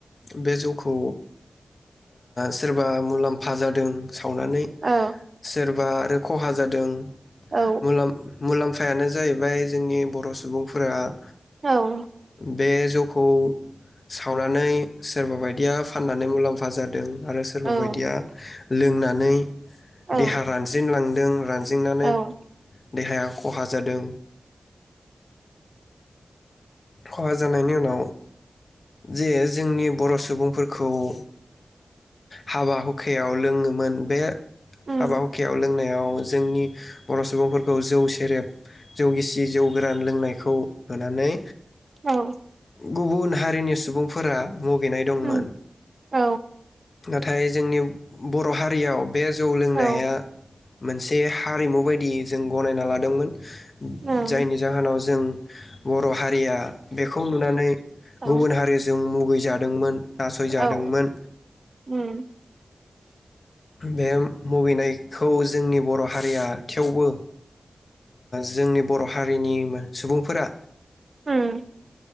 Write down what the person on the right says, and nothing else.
औ
औ
औ
औ
औ
औ
उम
औ।
उम औ
औ
ओं
औ
औ उम
उम